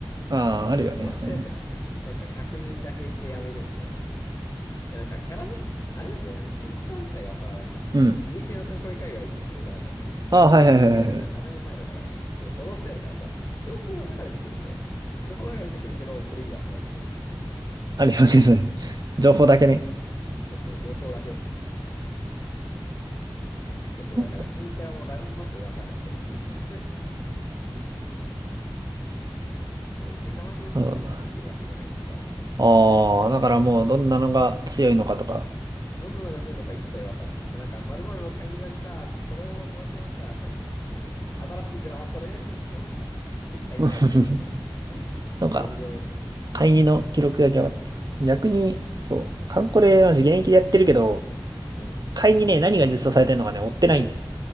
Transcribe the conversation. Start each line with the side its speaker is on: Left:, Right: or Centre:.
Right: ああ、あるよね。
Left: あ、もう
Right: それね
Left: <laughs> なんか確認だけしてやめるみたいな感じ。いや、なんかキャラじ、あれなんだよね、ツイッター自体はさ、なんかこう、
Right: うん。
Left: いにしえのカンコレ界隈、というかなんかじゅ、現自分が現役でやってたら7年前だから、
Right: ああ、はいはいはいはいはい。
Left: そう、フォローしてあるからさ、情報は流れてくるんだよ。情報流れてくるけど、プレイはしないみたいな感じで。
Right: あるよね、それ。<laughs> 情報だけね。
Left: で、そうそう、情報だけ。え、そう、
Right: う
Left: だから新キャラもなんとなくわかるみたいな感じ。<laughs> あ、でも、ゼカマシネットとか別に見てるわけじゃないしさ。
Right: ん。ああ、だからもうどんなのが強いのかとか。
Left: どんなのがするのか一切わかんない。なんか、〇〇の買いにが来た、これを育てました、か、かこう新しいグラはこれです、みたいなやつがさ、<laughs> ツイッターに流れてくるんだけど。
Right: <laughs>
Left: <laughs>
Right: なんか、
Left: 全然、
Right: 会議の記録だけは、逆に、そう、カンコレは現役でやってるけど、
Left: うん。
Right: 会議ね、何が実装されてるのかね、追ってないんだよね。